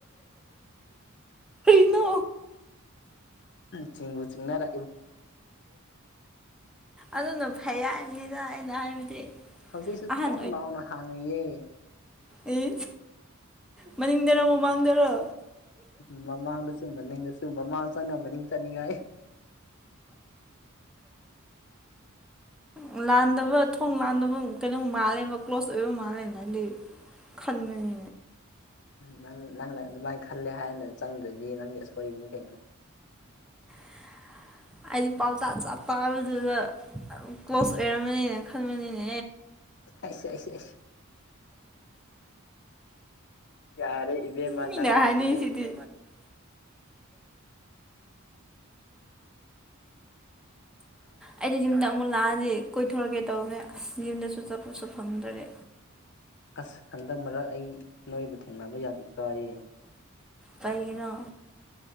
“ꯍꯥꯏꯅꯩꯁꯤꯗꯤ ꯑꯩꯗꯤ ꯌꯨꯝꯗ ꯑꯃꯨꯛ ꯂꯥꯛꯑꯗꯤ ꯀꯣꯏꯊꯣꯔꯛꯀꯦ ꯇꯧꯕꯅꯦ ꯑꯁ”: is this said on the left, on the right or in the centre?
Centre